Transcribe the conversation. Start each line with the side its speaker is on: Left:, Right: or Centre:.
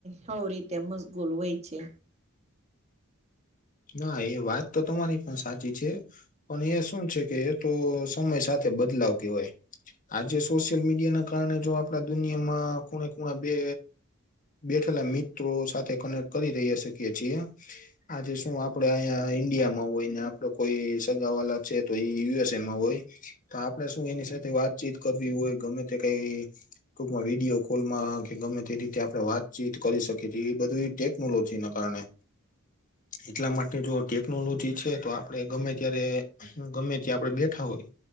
Right: હવ રીતે મશગૂલ હોય છે
Left: ના એ વાત તો તમારી પણ સાચી છે પણ એ શું છે કે એ તો સમય સાથે બદલાવ કહેવાય આજે સોશિયલ મીડિયાના કારણે જો આપડા દુનિયામાં ખૂણે ખૂણા બે. બેઠેલા મિત્રો સાથે કનેક્ટ કરી રહ્યા શકીએ છીએ આજે. શું આપડે અહીંયા ઈન્ડિયામાં હોય ને આપડ કોઈ સગા વાલા છે તો એ યુએસએમાં હોય. તો આપડે શું એની સાથે વાતચીત કરવી હોય ગમે તે કઈ ટૂકમાં વિડીયો કોલમાં કે ગમે તે રીતે આપણે વાતચીત કરી શકીએ છીએ એ બધું ટેકનોલોજીના કારણે એટલા માટે જો ટેકનોલોજી છે તો આપડે ગમે ત્યારે ગમે ત્યા આપડે બેઠા હોય